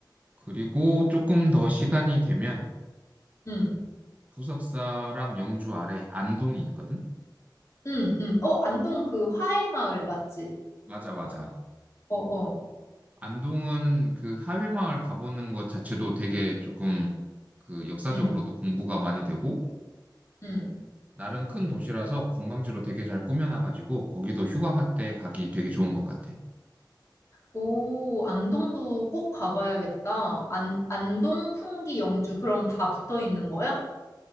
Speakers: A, on the right (about 20°); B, on the left (about 40°).
A: 그리고 조금 더 시간이 되면
B: 응,
A: 부석사랑 영주 아래 안동이 있거든?
B: 응, 응. 어, 안동 그 화해마을 맞지?
A: 맞아, 맞아.
B: 어, 어,
A: 안동은 그 하회마을 가보는 것 자체도 되게 조금 그 역사적으로도
B: 응,
A: 공부가 많이 되고
B: 응.
A: 나름 큰 도시라서 관광지로 되게 잘 꾸며놔가지고 거기도 휴가 갈 때 가기 되게 좋은 것 같아.
B: 오, 안동도 꼭 가봐야겠다. 안, 안동, 풍기, 영주, 그럼 다 붙어 있는 거야?